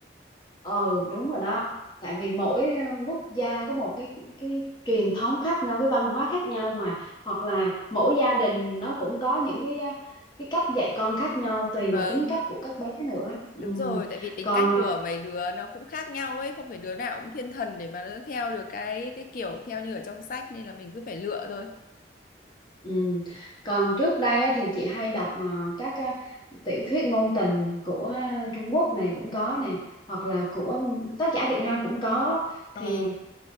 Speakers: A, on the left (about 25°); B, on the left (about 50°).
A: ừ đúng rồi đó tại vì mỗi ờ, quốc gia có một cái cái truyền thống khác nhau cái văn hóa khác nhau mà hoặc là mỗi gia đình nó cũng có những cái ờ, cái cách dạy con khác nhau tùy
B: Vâng.
A: vào tính cách của các bé nữa ừ.
B: Đúng rồi, tại vì tính
A: còn
B: cách của
A: ờ,
B: mấy đứa nó cũng khác nhau ấy, không phải đứa nào cũng thiên thần để mà nó theo được cái cái kiểu theo như ở trong sách nên là mình cứ phải lựa thôi.
A: Ừ. Còn trước đây á, thì chị hay đọc mà các à, tiểu thuyết ngôn tình của à, Trung Quốc này cũng có nè hoặc là của tác giả Việt Nam cũng có
B: Ờ,
A: thì